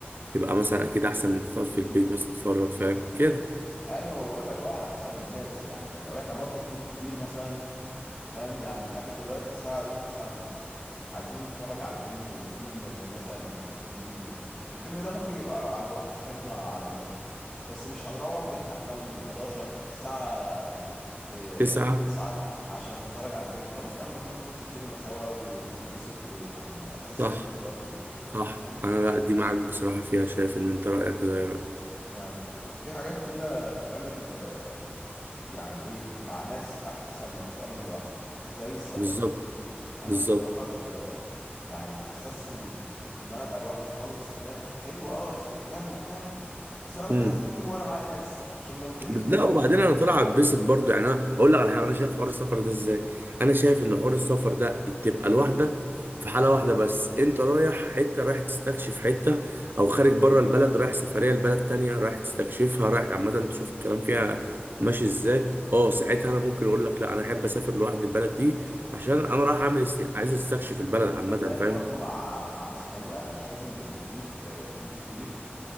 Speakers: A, on the right; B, on the left.
A: تبقى مثلا اكيد احسن من انت تقعد في البيت مثلا تتفرج فاهم كده
B: ايوه ما بقول لك هو على حسب الناس يعني لو احنا برضو جروب كبير مثلا فاهم يعني احنا دلوقتي الساعة ايه تسعة بالليل عايزين نتفرج على فيلم وفيلم مثلا جديد نزل الفيلم ده ممكن يبقى عند واحد صاحبنا على اللابتوب بس مش هنروح بيتنا احنا ال 11 الساعة اه
A: تسعة
B: 9 عشان نتفرج على الفيلم خلاص يا عم ما تيجي نخش السينما سوا و- ونتبسط ويعني احساس
A: صح
B: حلو برضه
A: صح
B: فاهم
A: انا لا دي معاك بصراحة فيها شايف ان انت رأيك زي رأيي
B: يعني في حاجات كده تتعمل آه، يعني ايه مع ناس احلى ما تتعمل لوحدك زي السفر
A: بالظبط
B: انا
A: بالظبط
B: في السفر آه، يعني احساس ان ان انا ابقى لوحدي خالص ده حلو اه استجمام وبتاع بس انا ممكن
A: مم.
B: استجم وانا معايا ناس عشان لو زهقت
A: بس- لا
B: يعني
A: وبعدين انا طلع اتبسط برضه يعني انا هقول لك على حاجه انا شايف حوار السفر ده ازاي انا شايف ان حوار السفر ده تبقى لوحدك في حاله واحده بس انت رايح حته رايح تستكشف حته او خارج بره البلد رايح سفريه لبلد تانية رايح تستكشفها رايح عامه تشوف الكلام فيها ماشي ازاي اه ساعتها انا ممكن اقول لك لا انا احب اسافر لوحدي البلد دي عشان انا رايح اعمل است... عايز استكشف البلد عامه
B: صدقني
A: فاهم
B: برضو مع مع ناس حلوه يعني مش لازم تبقوا كبير آه، جروب كبير